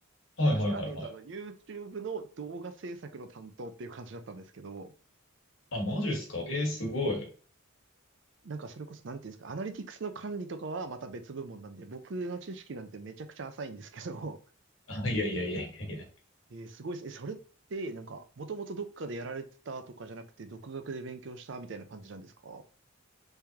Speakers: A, on the left; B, on the right.
A: はいはいはいはい。
B: まあ、さらに言うとあの YouTube の動画制作の担当っていう感じだったんですけど、
A: あ、マジっすか。えーすごい。
B: なんかそれこそ、なんていうんですか、アナリティクスの管理とかはまた別部門なんで、僕の知識なんてめちゃくちゃ浅いんですけど、
A: あ、いやいやいやいやいや。
B: えーすごいですね。え、それって、なんか、もともとどっかでやられてたとかじゃなくて、独学で勉強したみたいな感じなんですかは